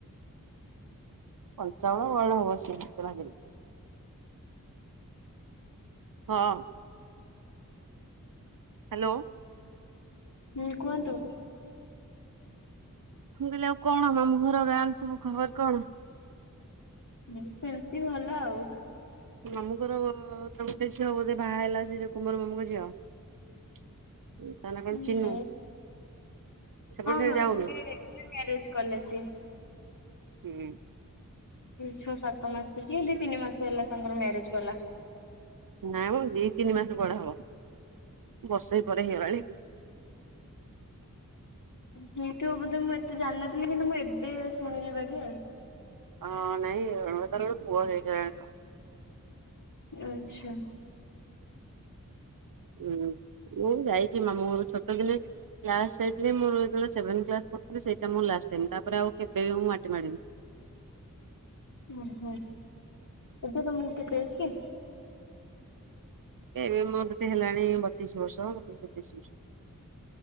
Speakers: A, on the right; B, on the left.
A: <unintelligible> ହଁ। ହାଲୋ।
B: ହୁଁ କୁହନ୍ତୁ।
A: ମୁଁ କହିଲି ଆଉ କଣ ମାମୁଁ ଘର ଗାଁରେ ସବୁ ଖବର୍ କଣ?
B: ହୁଁ ସେମିତି ଭଲ ଆଉ।
A: ମାମୁଁଙ୍କର <unintelligible> ଝିଅ ବୋଧେ ବାହା ହେଲା ସେ ଯୋଉଁ କୁମର ମାମୁଁଙ୍କ ଝିଅ। ତା ନାଁ କଣ
B: ହୁଁ
A: ଚିନୁ
B: ହଁ
A: ସେପଟେ ସେ
B: ହଁ
A: ଯାଉନି
B: ମ୍ୟାରେଜ କଲେ ସେ
A: ହୁଁ
B: ଛଅ ସାତ ମାସ କି ଦି ତିନି ମାସ ହେଲା ତାଙ୍କର ମ୍ୟାରେଜ ଗଲା।
A: ନାଇଁ ଦି ତିନି ମାସ କୁଆଡେ ହବ ବର୍ଷେ ପରେ ହେଇଗଲାଣି।
B: ହେଇ ଥିବ ବୋଧେ ମୁଁ ଏତେ ଜାଣିନଥିଲି କିନ୍ତୁ ମୁଁ ଏବେ ଶୁଣିଲି ବାଗି ଆଉ
A: ହଁ ନାଇ ତାର ଗୋଟେ ପୁଅ ହେଇ ଗଲା।
B: ଆଛା।
A: ହୁଁ। ମୁଁ ଯାଇଛି ମାମୁଁ ଘର ଛୋଟ ଦିନେ କ୍ଲାସ ସାଇଡ ରେ ମୁଁ ଯେତବେଳେ ସେବେନ କ୍ଲାସ ପଢ଼ୁଥିଲି ସେଇଟା ମୁଁ ଲାଷ୍ଟ ତିନିଟା ପରେ ଆଉ କେବେ ମୁଁ ମାଟି ମାଡ଼ିନି।
B: ଓହୋ ଏବେ ତମ କୁ କେତେ ଏଜ କି?
A: ଏ ଏବେ ମୋର କେତେ ହେଲାଣି ବତିଶ ବର୍ଷ ବତିଶ ତେତିଶ ବର୍ଷ